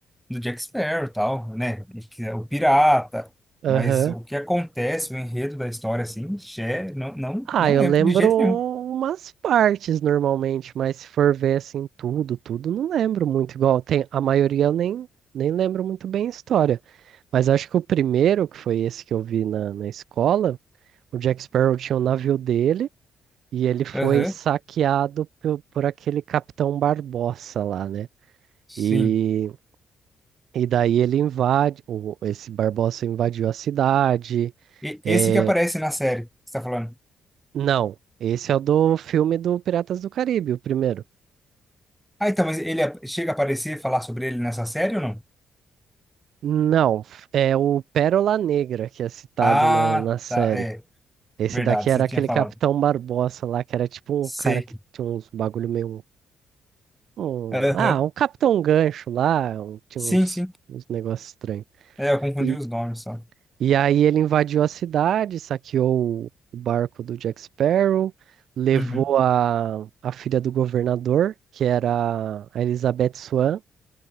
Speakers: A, in the centre; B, on the right.
A: do Jack Sparrow e tal, né? E que é O pirata,
B: Aham.
A: mas o que acontece, o enredo da história, assim, xé, não, não,
B: Ah,
A: não
B: eu
A: lembro
B: lembro
A: de jeito
B: umas
A: nenhum.
B: partes normalmente, mas se for ver assim tudo, tudo, não lembro muito igual. Tem, a maioria eu nem, nem lembro muito bem a história. Mas acho que o primeiro, que foi esse que eu vi na, na escola, o Jack Sparrow tinha o navio dele e ele foi
A: Aham,
B: saqueado por, por aquele Capitão Barbossa lá, né?
A: sim.
B: E, e daí ele invade, o, esse Barbossa invadiu a cidade.
A: E
B: É,
A: esse que aparece na série, que você tá falando.
B: não, esse é o do filme do Piratas do Caribe, o primeiro.
A: Ah, então, mas ele ap- chega a aparecer, e falar sobre ele nessa série ou não?
B: Não, f- é o Pérola Negra que é citado
A: Ah,
B: na, na série.
A: tá, é,
B: Esse
A: verdade,
B: daqui era
A: você
B: aquele
A: tinha falado.
B: Capitão Barbosa lá, que era tipo
A: Sei.
B: um cara que tinha uns bagulho meio. Um,
A: Aham,
B: um, ah, um Capitão Gancho lá, um- tinha
A: sim,
B: uns,
A: sim.
B: uns negócios estranhos.
A: É, eu confundi
B: E,
A: os nomes só.
B: e aí ele invadiu a cidade, saqueou o o barco do Jack Sparrow, levou
A: Uhum,
B: a, a filha do governador, que era a Elizabeth Swan,